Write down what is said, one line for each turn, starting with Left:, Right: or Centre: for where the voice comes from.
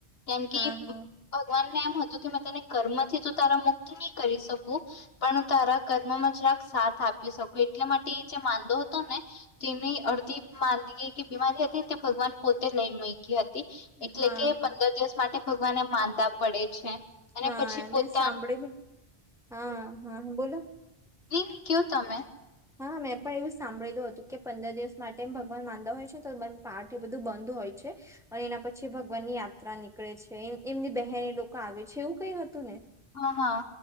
Left: જેમ
Centre: હા
Left: કે ભગવાનને એમ તું કે તને કર્મથી તો તારા મુક્તિ નહી કરી શકું પણ તારા કર્મમાં સાથ આપી શકો એટલા માટે જે માંદો હતો ને તેની અડધી માંદગી કે બી બીમારી હતી તે ભગવાન પોતે લઈ મુયકી હત તી એટલે
Centre: હા
Left: કે
Centre: હા
Left: પંદર દિવસ માટે ભગવાન માંદા પડે છે. અને
Centre: હા
Left: પછી
Centre: મેં
Left: પોતાના
Centre: સાંભળેલું. હા હા બોલો.
Left: નઈ નહી કયો તમે?
Centre: હા મેં પણ એવું સાંભળેલું હતું કે પંદર દિવસ માટે એમ ભગવાન માંદા હોય છે તો પાર્ટ એ બધું બંધ હોય છે અને એના પછી ભગવાન ની યાત્રા નીકળે છે એમની બહેન એ લોકો આવે છે એવું કઈ હતું ને?
Left: હા હા